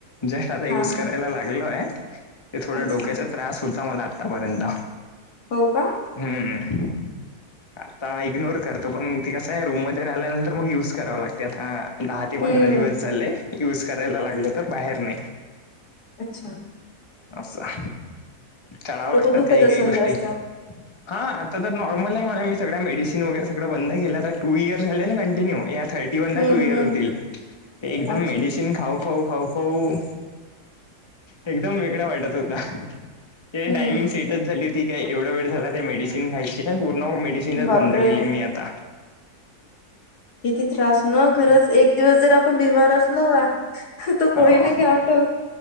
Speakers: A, on the left; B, on the left.
A: जस्ट आता युज
B: हा
A: करायला
B: हा
A: लागलोय ते थोडं
B: अच्छा
A: डोक्याचा त्रास होता मला आतापर्यंत
B: हो का
A: हम्म आता इग्नोर कर ते पण ते कसं आहे रूम मध्ये राहिल्यानंतर मग युज कराव लागते आता दहा ते
B: हम्म
A: पंधरा दिवस झाले. युज करायला लागल तर बाहेर नाही
B: अच्छा
A: असा चढावं
B: डोकं
A: लागतात
B: दुखत
A: काही काही
B: असेल
A: गोष्टी
B: जास्त
A: हा आता तर नॉर्मल आहे म्हणा मी सग मेडिसिन वगैरे सगळं बंद केलं तर टू इयर झाले ना कंटिन्यू थर्टी वन
B: हम्म
A: ला टू इयर
B: हम्म
A: होतील ते एकदम
B: अच्छा
A: मेडिसिन खाऊ खाऊ हो एकदम वेगळा वाटत होता ते
B: हम्म
A: टायमिंग सेट झाली होती काय एवढा वेळ झाला ते मेडिसिन खायची पूर्ण मेडिनच
B: बापरे
A: बंद केली मी आता
B: किती त्रास ना खरंच एक दिवस जर आपण बिमार असलो ग तो
A: हो
B: कोळी नाही घ्या आठव